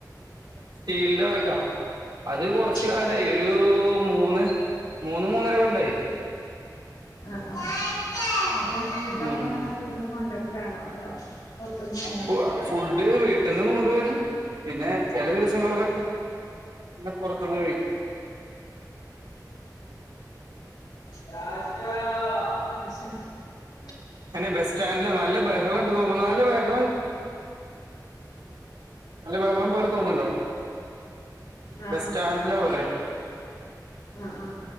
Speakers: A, on the right; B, on the left.
A: സ്റ്റീലിന്റെ വർക്കാ അതു കെറച്ചു കാലാ
B: അത് ശരി
A: യായിയൊരു മൂന്ന് മൂന്ന്മൂന്നര കൊല്ലയായി
B: ആ ആ ഫുഡൊക്കെയെങ്ങനെ
A: ഉം
B: വീട്ടീന്നു കൊണ്ടുവരിലാണോ അതോ പുറത്തുനിന്ന് വാങ്ങി
A: ഫു
B: കഴിക്കേ
A: ഫുഡ് വീട്ടിൽനിന്നും കൊണ്ടുവരും. പിന്നെ ചെല ദിവസങ്ങളിലൊക്കെ. പിന്നെ പുറത്തുനിന്നുകഴിക്കും
B: റ്റാറ്റ <unintelligible>
A: എന്നാ ബസ്സ്റ്റാൻഡില് നല്ല ബഹളമുണ്ടെന്നു തോന്നുന്നു. നല്ല ബഹളം നല്ല ബഹളം പോലെ തോന്നുന്നുണ്ടോ
B: ആ
A: ബസ് സ്റ്റാൻഡില വരെ
B: ആ ആ